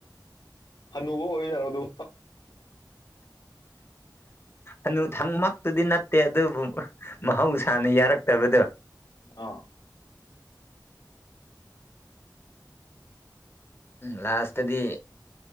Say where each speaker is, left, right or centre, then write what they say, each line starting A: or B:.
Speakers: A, on the left (about 70°); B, on the left (about 30°).
A: ꯍꯅꯨꯕꯨ ꯑꯣꯏꯔꯥ ꯖꯥꯠꯂꯣ ꯑꯗꯨ
B: ꯑꯅꯨ ꯊꯪꯃꯛꯇꯨꯗꯤ ꯅꯠꯇꯦ ꯑꯗꯨꯕꯨ ꯃꯍꯧꯁꯥꯅ ꯌꯥꯔꯛꯇꯕꯗꯣ
A: ꯑꯥꯎ
B: ꯂꯥꯁꯇꯗꯤ